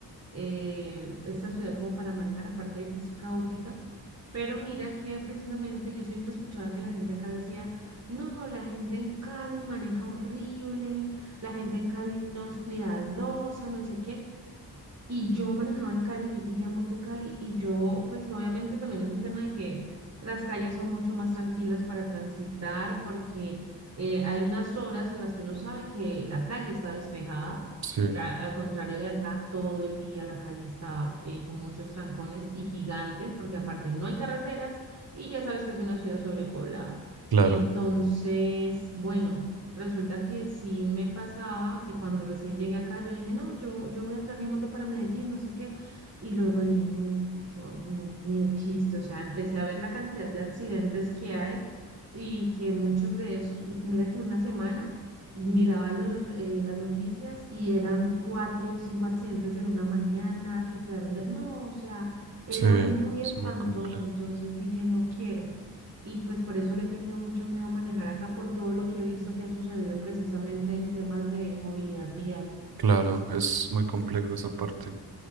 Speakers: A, on the right; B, on the right.
A: eh, esta ciudad como para manejar, aparte de que es caótica, pero mira que precisamente yo siempre escuchaba que la gente acá decía, no, la gente en Cali maneja horrible, la gente en Cali no es cuidadosa, no sé qué. Y yo manejaba en Cali, yo tenía moto en Cali y yo, pues obviamente también es un tema de que las calles son mucho más tranquilas para transitar porque eh, hay unas horas en las que uno sabe que la calle está despejada.
B: Sí,
A: eh, a- Al contrario de acá, todo el día la calle está eh, con muchos trancones y gigantes porque aparte no hay carreteras y ya sabes que es una ciudad sobrepoblada.
B: claro,
A: Entonces, bueno. Resulta que sí me pasaba que cuando recién llegué acá, yo dije, no, yo, yo voy a traer mi moto para Medellín, no sé qué. Y luego dije, no, yo no, ni de chiste. O sea, empecé a ver la cantidad de accidentes que hay y que muchos de esos, mira que una semana miraba los, eh, las noticias y eran cuatro o cinco accidentes en una mañana que quedaron de... No, o sea, era
B: sí, es
A: muy espantoso.
B: muy complejo.
A: Entonces dije, no quiero. Y pues por eso le he tenido mucho miedo a manejar acá por todo lo que he visto que ha sucedido precisamente en temas de movilidad vial.
B: Claro, es muy complejo esa parte,